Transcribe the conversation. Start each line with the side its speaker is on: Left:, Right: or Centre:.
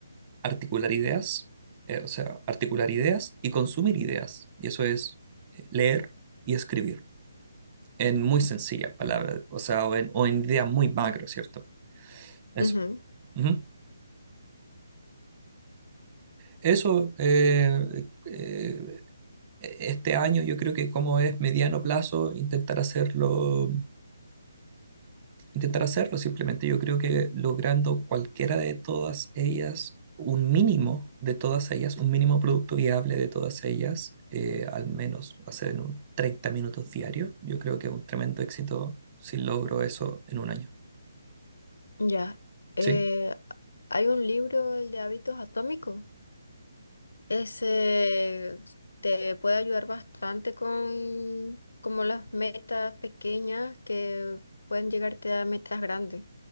Right: articular ideas, eh, o sea, articular ideas y consumir ideas. Y eso es eh, leer y escribir, en muy sencillas palabras, o sea, o en, o en ideas muy macro, ¿cierto? Eso.
Left: Ujú,
Right: Ujú. Eso, eh, eh, este año yo creo que como es mediano plazo, intentar hacerlo intentar hacerlo. Simplemente yo creo que logrando cualquiera de todas ellas, un mínimo de todas ellas, un mínimo producto viable de todas ellas, eh, al menos hacer en un 30 minutos diario, yo creo que es un tremendo éxito si logro eso en un año.
Left: ya. Eh,
Right: Sí.
Left: hay un libro, el de hábitos atómicos. Ese te puede ayudar bastante con como las metas pequeñas que pueden llegarte a metas grandes.